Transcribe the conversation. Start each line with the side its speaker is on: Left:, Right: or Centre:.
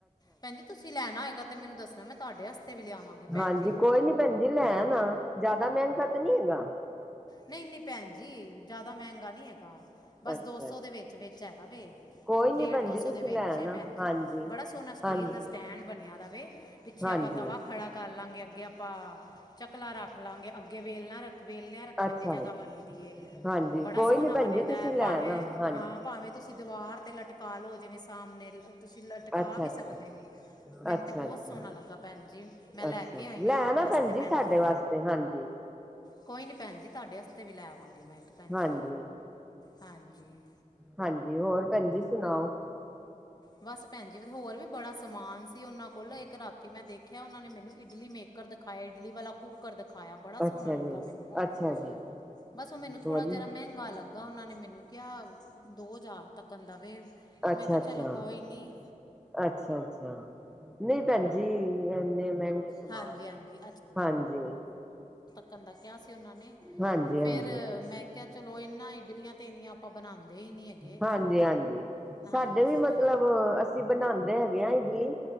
Left: ਭੈਣ ਜੀ ਤੁਸੀਂ ਤੁਸੀਂ ਲੈਣਾ ਹੈਏਗਾ, ਤੇ ਮੈਨੂੰ ਦੱਸਣਾ, ਮੈਂ ਤੁਹਾਡੇ ਹਸਤੇ ਵੀ ਲਿਆਵਾਂਗੀ, ਭੈਣ
Centre: ਹਾਂਜੀ
Left: ਜੀ।
Centre: ਕੋਈ ਨੀ ਭੈਣ ਜੀ ਲੈ ਆਨਾ, ਜ਼ਿਆਦਾ ਮਿਹਨਗਾ ਤਾਂ ਨੀ ਹੈਗਾ।
Left: ਨਹੀਂ, ਨਹੀਂ ਭੈਣ ਜੀ ਜ਼ਿਆਦਾ ਮਹਿੰਗਾ ਨਹੀਂ ਹੈਗਾ। ਬਸ
Centre: ਅੱਛਾ
Left: ਦੋ ਸੌ ਦੇ ਵਿੱਚ-ਵਿਚ ਹੈਗਾ ਵੇ,
Centre: ਕੋਈ ਨੀ
Left: ਡੇਢ
Centre: ਭੈਣ
Left: ਦੋ
Centre: ਜੀ ਤੁਸੀਂ
Left: ਸੌ ਦੇ ਵਿੱਚ,
Centre: ਲੈ ਆਣਾ
Left: ਭੈਣ ਜੀ
Centre: ਹਾਂਜੀ
Left: ਬੜਾ ਸੋਹਣਾ। ਸਟੀਲ
Centre: ਹਾਂਜੀ
Left: ਦਾ ਸਟੈਂਡ ਬਣਿਆ ਦਾਵੇ, ਪਿੱਛੇ
Centre: ਹਾਂਜੀ
Left: ਆਪਾਂ ਤਵਾ ਖੜਾ। ਕਰ ਲਾਂਗੇ, ਅੱਗੇ ਆਪਾਂ ਝਕਲਾ ਰੱਖ ਲਵਾਂਗੇ, ਅੱਗੇ ਵੇਲਣਾ ਰੱਖ ਵੇਲਿਨਾ ਰ। ਰੱਖਣ
Centre: ਅੱਛਾ
Left: ਦੀ ਜਗ੍ਹਾ
Centre: ਜੀ
Left: ਬਣੀ ਦੀ ਹੈ।
Centre: ਹਾਂਜੀ
Left: ਬੜਾ
Centre: ਕੋਈ
Left: ਸੋਨਾ
Centre: ਨੀ
Left: ਬਣਦਾ
Centre: ਭੈਣ ਜੀ ਤੁਸੀਂ
Left: ਹੈ,
Centre: ਲੈ
Left: ਪਾਵੇ
Centre: ਆਣਾ ਹਾਂਜੀ
Left: -ਪਾਵੇ। ਤੁਸੀਂ ਦੀਵਾਰ ਤੇ ਲਟਕਾ ਲਓ, ਜਿਵੇਂ ਸਾਹਮਣੇ ਤੁਸੀਂ ਲਟਕਾ
Centre: ਅੱਛਾ
Left: ਵੀ
Centre: ਅੱਛਾ
Left: ਸਕਦੇ ਹੋ। ਮੈਨੂੰ
Centre: ਅੱਛਾ
Left: ਤੇ ਬਹੁਤ
Centre: ਅੱਛਾ
Left: ਸੋਹਣਾ ਲੱਗਾ ਭੈਣ ਜੀ, ਮੈਂ ਲੈ
Centre: ਅੱਛਾ
Left: ਕੇ ਆਈ ਹਾਂ,
Centre: ਲੈ
Left: ਆਪਣੇ
Centre: ਆਣਾ
Left: ਵਾਸਤੇ ਭੈਣ
Centre: ਸਾਡੇ
Left: ਜੀ।
Centre: ਵਾਸਤੇ ਹਾਂਜੀ
Left: ਕੋਈ ਨੀ ਭੈਣ ਜੀ, ਤੁਹਾਡੇ ਹਸਤੇ ਵੀ ਲੈ ਆਵਾਂਗੀ, ਮੈਂ ਇੱਕ। ਭੈਣ
Centre: ਹਾਂਜੀ,
Left: ਜੀ ਹਾਂਜੀ
Centre: ਹਾਂਜੀ ਹੋਰ ਭੈਣ ਜੀ, ਸੁਣਾਓ।
Left: ਬਸ ਭੈਣ ਜੀ, ਹੋਰ ਵੀ ਬੜਾ ਸਮਾਨ ਸੀ, ਉਹਨਾਂ ਕੋਲ, ਇੱਕ ਰਾਤੀ ਮੈਂ ਦੇਖਿਆ, ਉਹਨਾਂ ਨੇ ਮੈਨੂੰ ਇਡਲੀ ਮੇਕ ਕਰ ਦਿਖਾਇਆ, ਇਡਲੀ ਵਾਲਾ ਕੁੱਕਰ ਦਿਖਾਇਆ, ਬੜਾ ਸੋਹਣਾ
Centre: ਅੱਛਾ
Left: ਲੱਗਾ
Centre: ਜੀ,
Left: ਮੈਨੂੰ ਉਹ।
Centre: ਅੱਛਾ ਜੀ,
Left: ਬਸ ਉਹ ਮੈਨੂੰ ਥੋੜਾ
Centre: ਵਧੀ
Left: ਜਰਾ ਮਹਿੰਗਾ ਲੱਗਾ, ਉਹਨਾਂ ਨੇ ਮੈਨੂੰ ਕਿਆ ਦੋ ਹਜ਼ਾਰ ਤੱਕ ਆਂਦਾ ਵੇ,
Centre: ਅੱਛਾ
Left: ਮੈਂ ਕਿਹਾ,
Centre: ਅੱਛਾ,
Left: ਚਲੋ ਕੋਈ ਨਹੀਂ।
Centre: ਅੱਛਾ- ਅੱਛਾ, ਨਹੀਂ ਪੈਂਦਾ। ਜੀ, ਇੰਨੇ ਮਹਿੰਗੇ ਸਮਾਨ
Left: ਹਾਂਜੀ ਹਾਂਜੀ
Centre: ਹਾਂਜੀ।
Left: ਕੰਦਾ ਕਿਹਾ ਸੀ, ਉਹਨਾਂ ਨੇ
Centre: ਹਾਂਜੀ
Left: ਫੇਰ
Centre: ਹਾਂਜੀ,
Left: ਮੈਂ। ਕਿਹਾ ਚਲੋ, ਇਹਨਾ ਇਡਲੀਆਂ ਤੇ ਇੰਨੀਆਂ ਆਪਾਂ ਬਣਾਉਂਦੇ ਹੀ ਨਹੀਂ ਹੈਗੇ,
Centre: ਹਾਂਜੀ ਹਾਂਜੀ।
Left: ਹਾਂਜੀ।
Centre: ਸਾਡੇ ਵੀ ਮਤਲਬ ਅਸੀਂ ਬਣਾਉਂਦੇ ਹੈਗੇ ਹ, ਇਡਲੀ।